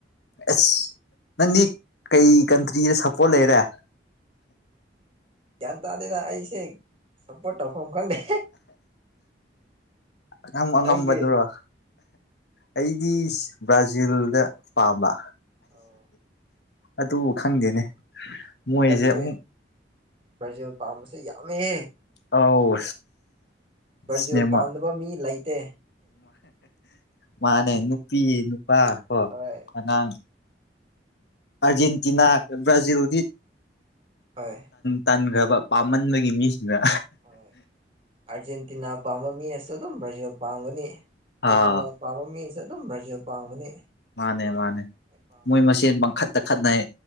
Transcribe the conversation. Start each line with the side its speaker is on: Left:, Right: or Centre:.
Left: ꯑꯁ ꯅꯪꯗꯤ ꯀꯩ ꯀꯟꯇ꯭ꯔꯤꯗ ꯁꯞꯄꯣꯔꯠ ꯂꯩꯔꯦ
Right: ꯌꯥꯟ ꯇꯥꯥꯗꯤꯗ ꯑꯩꯁꯦ ꯁꯞꯄꯣꯔꯠ ꯇꯧꯐꯝ ꯈꯪꯗꯦ
Left: ꯌꯥꯝ ꯑꯉꯝꯕꯗꯨꯔꯣ
Right: ꯅꯪꯗꯤ
Left: ꯑꯩꯗꯤ ꯕ꯭ꯔꯥꯖꯤꯜꯗ ꯄꯥꯝꯕ
Right: ꯑꯣ
Left: ꯑꯗꯨ ꯈꯪꯗꯦꯅꯦ ꯃꯣꯏꯁꯦ
Right: ꯍꯟꯗꯛꯁꯦ
Left: ꯑꯃꯨꯛ
Right: ꯕ꯭ꯔꯥꯖꯤꯜ ꯄꯥꯝꯕꯁꯦ ꯌꯥꯝꯃꯦꯍꯦ
Left: ꯑꯧ
Right: ꯕ꯭ꯔꯥꯖꯤꯜ
Left: ꯁꯤꯅꯦꯃꯥ
Right: ꯄꯥꯝꯗꯥꯕ ꯃꯤ ꯂꯩꯇꯦ
Left: ꯃꯥꯅꯦ ꯅꯨꯄꯤ ꯅꯨꯄꯥ ꯀꯣ
Right: ꯍꯣꯏ
Left: ꯑꯉꯥꯡ ꯑꯔꯖꯦꯟꯇꯤꯅꯥ ꯕ꯭ꯔꯥꯖꯤꯜꯗꯤ
Right: ꯍꯣꯏ
Left: ꯇꯟꯈ꯭ꯔꯕ ꯄꯥꯝꯃꯟꯕꯒꯤ ꯃꯤꯁꯤꯡꯅ
Right: ꯍꯣꯏ ꯑꯥꯔꯖꯦꯟꯇꯤꯅꯥ ꯄꯥꯝꯕ ꯃꯤꯅꯁꯨ ꯑꯗꯨꯝ ꯕ꯭ꯔꯥꯖꯤꯜ ꯄꯥꯝꯒꯅꯤ ꯄꯣꯔꯇꯨꯒꯥꯜ
Left: ꯑꯥ
Right: ꯄꯥꯝꯕ ꯃꯤꯅꯁꯨ ꯑꯗꯨꯝ ꯕ꯭ꯔꯖꯤꯜ ꯄꯥꯝꯒꯅꯤ
Left: ꯃꯥꯅꯦ ꯃꯥꯅꯦ
Right: ꯂꯣꯏ ꯄꯥꯝꯕꯅꯦ
Left: ꯃꯣꯏ ꯃꯁꯦꯟ ꯃꯪꯈꯠꯇ ꯈꯠꯅꯩ